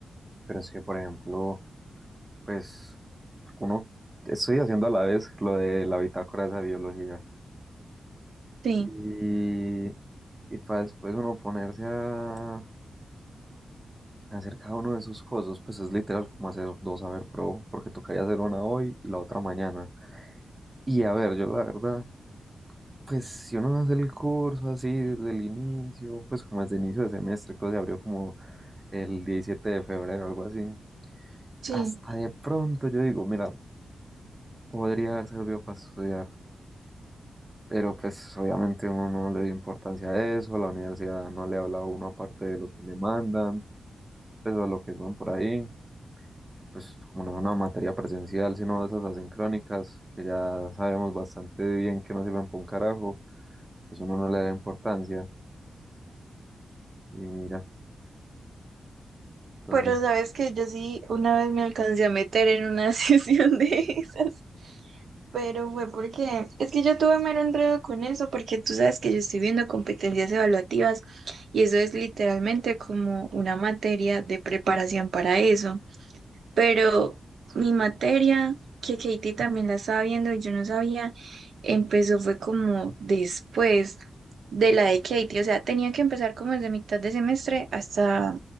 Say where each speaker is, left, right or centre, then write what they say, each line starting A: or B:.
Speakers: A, on the right; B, on the right.
A: pero es que, por ejemplo, pues uno estoy haciendo a la vez lo de la bitácora esa de biología.
B: Sí.
A: Y, y para después uno ponerse a hacer cada uno de sus cosas, pues es literal como hacer dos haber pro, porque tocaría hacer una hoy y la otra mañana. Y a ver, yo la verdad, pues si uno hace el curso así desde el inicio, pues como desde el inicio de semestre, que se abrió como el 17 de febrero, algo así,
B: Sí.
A: hasta de pronto yo digo, mira, podría haber servido para estudiar. Pero pues obviamente uno no le dio importancia a eso, la universidad no le habla a uno aparte de lo que le mandan, pues o lo que suben por ahí, y, pues como no es una materia presencial, sino de esas asincrónicas, que ya sabemos bastante bien que no sirven para un carajo, pues uno no le da importancia, y mira, entonces,
B: Pero sabes que yo sí una vez me alcancé a meter en una <laughs> sesión de esas. Pero fue porque es que yo tuve mero enredo con eso, porque tú sabes que yo estoy viendo competencias evaluativas y eso es literalmente como una materia de preparación para eso. Pero mi materia, que Katie también la estaba viendo y yo no sabía, empezó fue como después de la de Katie. O sea, tenía que empezar como desde mitad de semestre hasta,